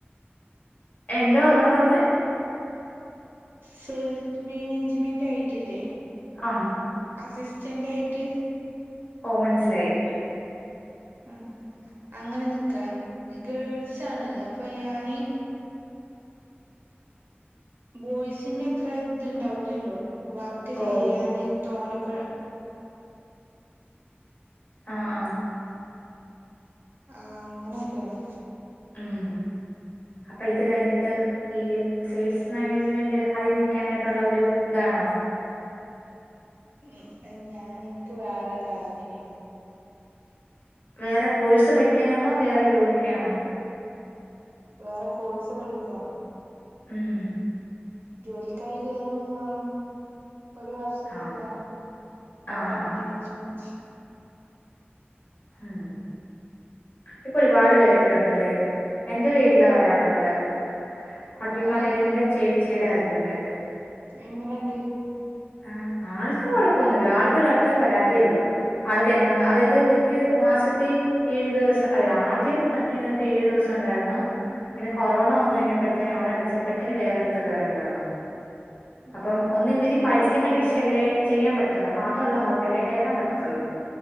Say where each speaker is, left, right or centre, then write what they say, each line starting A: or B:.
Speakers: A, on the left (about 45°); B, on the right (about 60°).
A: എന്തോ ഒന്നുടെ പറഞ്ഞേ?
B: സെയിൽസ് മേനേജ്മെന്റ് ആയിട്ടില്ലേ?
A: ആ
B: അസിസ്റ്റന്റ് ആയിട്ട്.
A: ഓ മനസ്സിലായി.
B: ആ. അങ്ങനെ നിക്കാ. <unintelligible> ഗേൾസ് ആണ് അപ്പൊ ഞാന്. ബോയ്സിന്റെ അത്ര, ത് ഉണ്ടാവുലല്ലോ. വർക്ക്
A: ഓ
B: ചെയ്യാന് തോനൊക്കെ.
A: അ, ആ.
B: അ ആ. അങ്ങനെയൊക്കെയാണ്.
A: ഉം. അപ്പൊ ഇത് കഴിഞ്ഞിട്ട് ഈ സെയിൽസ് മാനേജ്മെന്റ് അതിൽ നിൽക്കാനായിട്ടുള്ള ഒരു താണോ?
B: ഉം. അത് ഞാൻ ഇൻക്ക് വേറെ താല്പര്യണ്ട്.
A: വേറെ കോഴ്സ് പഠിക്കാനാണോ? വേറെ ജോലിക്കാണോ?
B: വേറെ കോഴ്സ് പഠിക്കാൻ.
A: ഉം.
B: ജോലിക്കായി കേറും മാണം ഒരു വർഷത്ത
A: ആഹ്
B: ഇതാണ് ഹോട്ടൽ
A: ആഹ് ആഹ്
B: മാനേജ്മെന്റ്
A: ഉം ഇപ്പൊ
B: അത്
A: ഒരുപാട്
B: നല്ലൊരു
A: പേരൊക്കെ ഉണ്ട്ല്ലേ എന്റെ
B: ആ
A: വീട്ടില് ഒരാളുണ്ട് ഹോട്ടൽ
B: അത്
A: മാനേജ്മെന്റെ ചേച്ചിയുടെ ഹസ്ബൻഡ്
B: എങ്ങനെണ്ട്
A: ആഹ് ആൾക്ക് കൊഴപ്പൊന്നുല്ല ആൾക്ക് ഒരറ്റ പരാതിയേള്ളു ആൾക്ക് എന്നും
B: എന്ത്
A: അതായത് ഇവര് ക്ക് മാസത്തി ഏഴു ദിവസം അതെ ആദ്യം വർക്ക് ചെയ്യുന്നേട്ത്ത് ഏഴു ദിവസം ഉണ്ടായിരുന്നു പിന്നെ കൊറോണ വന്ന് കഴിഞ്ഞപ്പോഴത്തേും അവിടെ അടച്ചപ്പോഴെത്തേനു വേറെ അടുത്ത് കേറേണ്ടി വന്നു.
B: ഉം
A: അപ്പം
B: ഉം
A: ഒന്ന് ഇവര് പടി ക്കുന്ന ഡിഷല്ലേ ചെയ്യാൻ പറ്റത്തുള്ളൂ അപ്പൊ അതുള്ള ഹോട്ടലിലേ കയറൻ പറ്റത്തുള്ളൂ